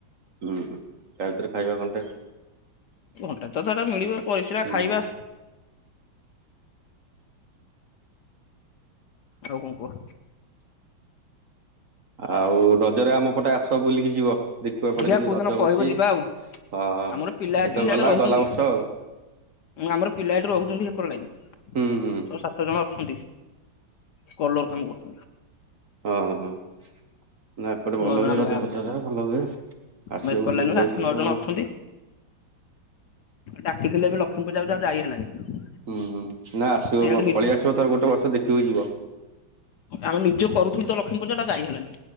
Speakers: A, on the right; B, on the left.
A: ହୁଁ ତା ଭିତରେ ଖାଇବା ଘଣ୍ଟେ।
B: ଘଣ୍ଟା ତ ଏଟା ମିଳିବ ପରିସ୍ରା
A: ହୁଁ
B: ଖାଇବା। ଆଉ କଣ କୁହ।
A: ଆଉ ରଜରେ ଆମ ପଟେ ଆସ ବୁଲିକି ଯିବ। ଦେଖିବ ଏପଟେ
B: ଦେଖିବା
A: କେମତି
B: କୋଉଦିନ
A: ରଜ
B: କହିବ
A: ହଉଚି
B: ଯିବା ଆଉ।
A: ହଁ
B: ଆମର ପିଲା ଏଠି
A: ଏତ
B: ସିଆଡେ
A: ଗଲା
B: ରହୁଛନ୍ତି
A: ଗଲା ବର୍ଷ ଆଉ।
B: ଆମର ପିଲା ଏଠି ରହୁଛନ୍ତି ହେକର ଲାଇନ।
A: ହୁଁ ହୁଁ।
B: ଛ ସାତ ଜଣ ଅଛନ୍ତି। କଲର କାମ କରୁଛନ୍ତି।
A: ହଁ ହଁ ହଁ। ନା ଏପଟେ
B: ଆଠ
A: ଭଲ
B: ନଅ ଜଣ
A: ହୁଏ
B: ଆମ
A: ରଜ
B: ଗାଁରୁ
A: ଫଜରା ଭଲ ହୁଏ
B: ଆମ
A: ଆସିବ
B: ଏକର
A: ବୁଲି
B: ଲାଇନରୁ
A: ବୁଲାକି
B: ଆଠ
A: ଯିବ।
B: ନଅ ଜଣ ଅଛନ୍ତି ଡାକିଥିଲେ ଏବେ ଲକ୍ଷ୍ମୀ ପୁଜା କୁ ଯେ ଆଉ ଯାଇ ହେଲାନି।
A: ହୁଁ ହୁଁ ନା ଆସିବ
B: ଇଆଡେ
A: ମ
B: ନି
A: ପଳେଇ ଆସିବ ଗୋଟେ ଥ ଗୋଟେ ବର୍ଷ ଦେଖିକି ଯିବ।
B: ଆମେ ନିଜେ କରୁଥିଲୁ ତ ଲକ୍ଷ୍ମୀ ପୁଜା ଟା ଯାଇ ହେଲାନି।